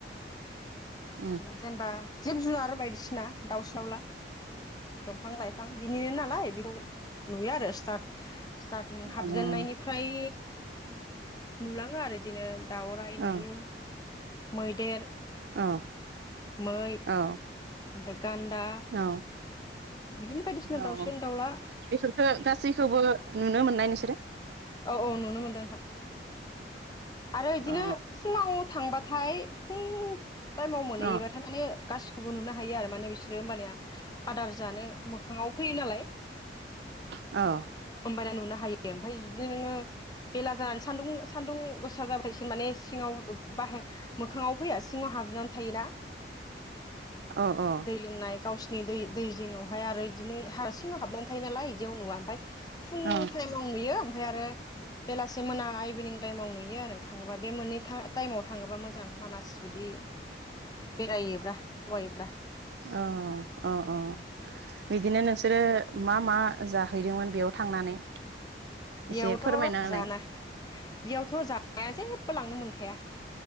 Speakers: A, on the right; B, on the left.
A: उम।
B: जेनेबा जिब जुनार बायदिसिना दाउसि दावला दंफां लाइफां बिनि नालाय बेखौ नुयो आरो स्टार्ट स्टार्टिं हाबजेननायनिफ्राय
A: अ
B: नुलाङो आरो बिदिनो दाउराइ नुयो
A: अ
B: मैदेर
A: अ
B: मै
A: अ।
B: ओमफ्राय गान्दा
A: अ
B: बिदिनो बायदिसिना
A: औ।
B: दाउसिन दाउला
A: बेफोरखो गासैखौबो नुनो मोननाय नोंसोरो?
B: औ औ नुनो मोनदों नोंथां। आरो इदिनो
A: अ
B: फुङाव थांबाथाय फुं टाइमाव मोनहैयोबाथाय
A: अ
B: माने गासिखौबो नुनो हायो आरो माने बिसोरो होमबानिया आदार जानो मोखाङाव फैयो नालाय।
A: अ।
B: होमबानिया नुनो हायो। ओमफाय जुदि नोङो बेला जानानै सान्दुं सान्दुं गोसा जाबाथाय इसोर माने सिङाव बाहेर मोखाङाव फैया सिङाव हाबजोबनानै थायोना।
A: अ अ।
B: दै लोंनाय गावसिनि दै दै जिङावहाय आरो बिदिनो हारसिङाव हाबना थायो नालाय बिदियाव नुवा ओमफाय फुं
A: औ
B: टाइमाव नुयो ओमफाय आरो बेलासि मोना इभिनिं टाइमाव नुयो आरो थाङोबा बे मोननै टा-टाइमाव थाङोबा मोजां मानास जुदि बेरायोब्ला दावायोब्ला
A: औ अ अ बिदिनो नोंसोरो मा मा जाहैदोंमोन बेयाव थांनानै?
B: बेयावथ'
A: एसे फोरमायना होलाय
B: जाना बेयावथ' जानाया जेबो लांनो मोनखाया।